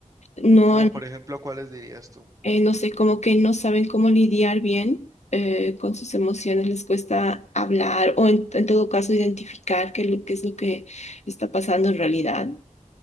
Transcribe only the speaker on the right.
Como por ejemplo, ¿cuáles dirías tú?